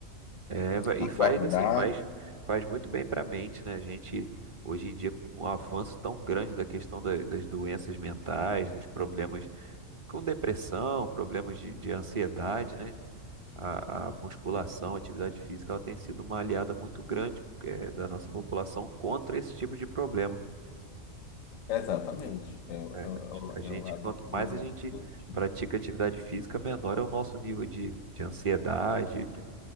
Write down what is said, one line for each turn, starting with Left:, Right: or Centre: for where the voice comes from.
Right: É, vai-
Left: aguardar.
Right: e faz assim, faz, faz muito bem para a mente, né? A gente, hoje em dia, com o avanço tão grande da questão da- das doenças mentais, dos problemas com depressão, problemas de, de ansiedade, né? A, a musculação, a atividade física, ela tem sido uma aliada muito grande, eh, da nossa população contra esse tipo de problema.
Left: Exatamente. É, o-
Right: É,
Left: é, o- é, o,
Right: A gente,
Left: é o lado,
Right: quanto mais
Left: o lado
Right: a gente
Left: positivo.
Right: pratica atividade física, menor é o nosso nível de, de ansiedade, de,